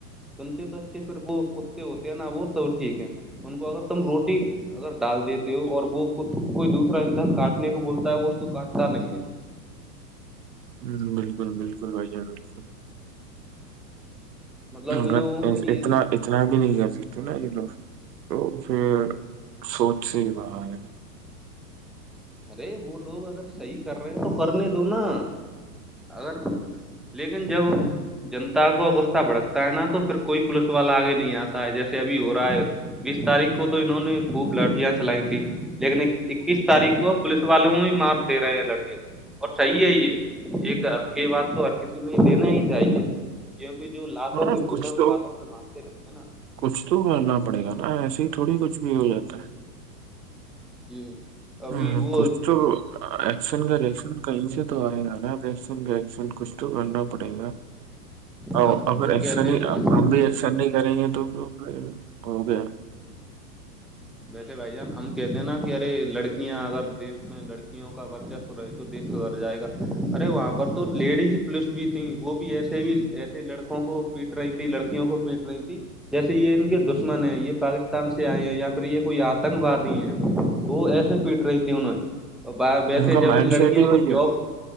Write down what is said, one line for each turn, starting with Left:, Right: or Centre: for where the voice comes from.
Centre: تم سے تو اچھے پھر وہ کتے ہوتے ہیں نا وہ تو ٹھیک ہے ان کو اگر تم روٹی اگر ڈال دیتے ہو اور وہ کوئی دوسرا انسان کاٹ کاٹنے کو بولتا ہے وہ اس کو کاٹتا نہیں ہے
Right: ہممم بالکل بالکل بھائی جان بالکل
Centre: مطلب
Right: مگر
Centre: ان لوگوں کو یہ
Right: اتنا اتنا بھی نہیں کر سکتے نا یہ لوگ تو پھر سوچ سے ہی باہر ہے
Centre: ارے وہ لوگ اگر صحیح کر رہے ہیں تو کرنے دو نا اگر لیکن جب جنتا کو غصہ بھڑک ہے نا تو پھر کوئی پولیس والا آگے نہیں آتا ہے جیسے ابھی ہو رہا ہے بیس تاریخ کو تو انہوں نے خوب لاٹھیاں چلائی تھی لیکن اکیس تاریخ کو پولیس والے بھی مار دے رہے ہیں لڑکے کو اور صحیح ہے یہ ایک حد کے بات تو ہر کسی میں یہ دینا ہی چاہیے کیونکہ جو لاتوں
Right: ہاں
Centre: کے بھوت
Right: کچھ
Centre: ہیں وہ
Right: تو
Centre: باتوں سے مانتے نہیں ہے ہے نا
Right: کچھ تو کرنا پڑے گا نا ایسے ہی تھوڑی کچھ بھی ہو جاتا ہے
Centre: جی ابھی
Right: ہمم
Centre: وہ
Right: کچھ تو ایکشن کا ری ایکشن کہیں سے تو آئے گا نا ایکشن کا ری ایکشن کچھ تو کرنا پڑے گا اور
Centre: ہم
Right: اگر
Centre: ہم
Right: ایکشن
Centre: کہتے
Right: نہیں
Centre: ہیں نا
Right: ہم بھی ایکشن نہیں کریں گے تو ہو گیا
Centre: ویسے بھائی جان ہم کہتے ہیں نا کہ ارے لڑکیاں اگر دیش میں لڑکیاں لڑکیوں کا برچسب رہے تو دیش سدھر جائے گا ارے وہاں پر تو لیڈی پولیس بھی تھی وہ بھی ایسی سے بھی ایسے لڑکوں کو پیٹ رہی تھی لڑکیوں کو پیٹ رہی تھی جیسے یہ ان کے دشمن ہے یہ پاکستان سے آئے ہیں یا پھر یہ کوئی آتنگوادی ہیں وہ ایسے پیٹ رہی تھی انہیں اور باہر ویسے
Right: کا
Centre: جب
Right: مائنڈ
Centre: ان لڑکیوں
Right: سیٹ ہی وہی
Centre: کو
Right: ہے
Centre: جاب